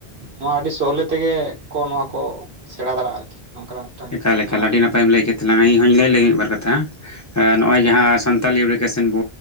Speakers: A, on the right; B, on the left.
A: ᱱᱚᱣᱟ ᱟᱹᱰᱤ ᱥᱚᱦᱞᱮ ᱛᱮᱜᱮ ᱠᱚ ᱱᱚᱣᱟ ᱠᱚ ᱥᱮᱬᱟ ᱫᱟᱲᱮᱭᱟᱜᱼᱟ ᱟᱨᱠᱤ ᱱᱚᱝᱠᱟᱱᱟᱜ ᱢᱤᱫᱴᱟᱝ
B: ᱮᱠᱟᱞᱮᱠᱟ
A: ᱢᱚᱱᱮ ᱦᱩᱭᱩᱜ
B: ᱟᱹᱰᱤ ᱱᱟᱯᱟᱭᱢ ᱞᱟᱹᱭ ᱠᱮᱫ ᱛᱟᱞᱟᱝᱟ ᱤᱧᱦᱚᱧ ᱞᱟᱹᱭ ᱞᱮᱜᱮ ᱢᱤᱫᱵᱟᱨ ᱠᱟᱛᱷᱟ ᱱᱚᱜᱼᱚᱭ
A: ᱠᱟᱱᱟ
B: ᱡᱟᱦᱟᱸ ᱥᱟᱱ ᱛᱟᱞ <unintelligible> ᱮᱥᱚᱱ ᱵᱚ